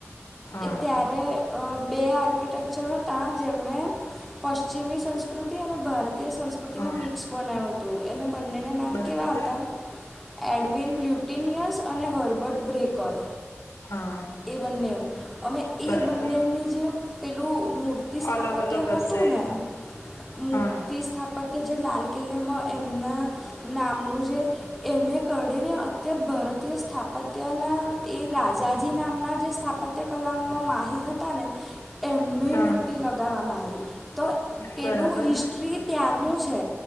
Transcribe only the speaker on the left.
હા
હા
બરાબર
હા
બરાબર
અલગ અલગ
હશે
હા
હા
બરાબર